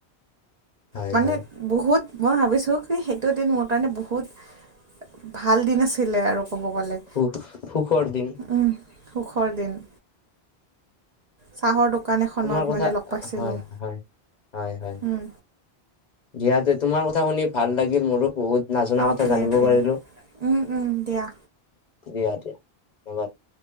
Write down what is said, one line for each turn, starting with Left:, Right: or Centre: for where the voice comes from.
Left: হয়
Right: মানে
Left: হয়
Right: বহুত মই ভাবিছোঁ কি সেইটোদিন মোৰ কাৰণে বহুত', ভাল দিন আছিলে আৰু ক'ব গ'লে',
Left: সুখ - সুখৰ দিন',
Right: উম', সুখৰ দিন', চাহৰ দোকান এখনত
Left: তোমাৰ কথা
Right: মানে লগ পাইছিলোঁ',
Left: হয় হয় হয় - হয়,
Right: উম,
Left: ইয়াতে তোমাৰ কথা শুনি ভাল লাগিল মোৰো বহুত', নাজনা
Right: অ'কে
Left: কথা জানিব
Right: অ'কে
Left: পাৰিলোঁ,
Right: উম, উম, দিয়া।
Left: দিয়া - দিয়া ধন্যবাদ',